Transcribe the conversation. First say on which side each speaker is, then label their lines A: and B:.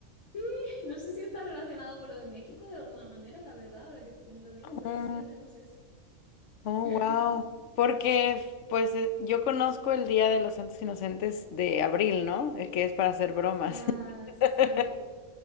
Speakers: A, on the left (about 85°); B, on the left (about 65°).
A: sí, no sé si está relacionado con lo de México de alguna manera, la verdad, ahora que lo digo,
B: Mm,
A: pero sí hacemos eso.
B: Oh,
A: <laughs>
B: wow. Porque,
A: Sí.
B: pues, eh, yo conozco el Día de los Santos Inocentes de abril, ¿no? El que es para hacer bromas.
A: Ah,
B: <laughs>
A: sí,